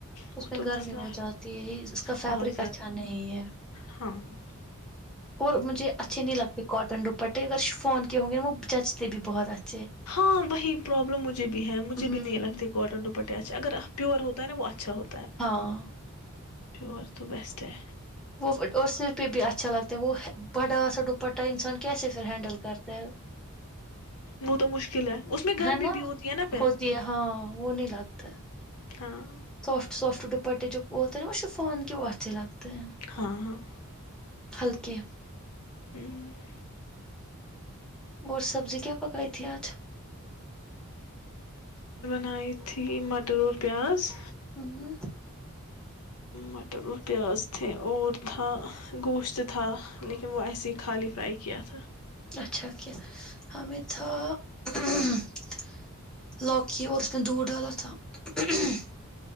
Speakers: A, on the left; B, in the centre.
A: وہ
B: اس میں
A: تو مسئلہ
B: گرمی ہو جاتی ہے اس کا فیبرک
A: بہت
B: اچھا نہیں ہے
A: ہاں <inaudible>
B: اور مجھے اچھے نہیں لگتے کاٹن ڈپ بٹے اگر ش فون کے ہوں گے ن وہ جچتے بھی بہت اچھا
A: ہاں وہی پرابلم مجھے بھی ہے مجھے
B: ہوں
A: بھی نہیں لگتی کاٹن دوپٹے اچھے اگر پیور ہوتا ہے ن وہ اچھا ہوتا
B: ہاں
A: پ <inaudible> سب تو بیسٹ ہے
B: وہ اور سر پہ بھی اچھا لگتا ہے وہ بڑا سا دوپٹہ انسان کیسے پھر ہینڈل کرتا ہے
A: وہ تو مشکل ہے اس میں گرمی
B: ہے نا
A: بھی ہوتی ہے نا پھر
B: ہوتی ہے ہاں وہ نہیں لگتا
A: ہاں <inaudible>
B: سافٹ سافٹ دپٹے جو ہوتے ہیںا شیفان کی اچھے لگتے ہیں
A: ہاں ہاں
B: ہلکے
A: ہ <inaudible>
B: اور سبزی کیا پکائی تھی آج
A: نائیتھی مٹر اور پیاز
B: ہوں <inaudible>
A: مٹر اور پیاز تھے اور تھا گوشت تھا لیکن وہ ایسے ہی خالی فرائی کیا تھا
B: اچھا <inaudible> ہمیں تھا <unintelligible>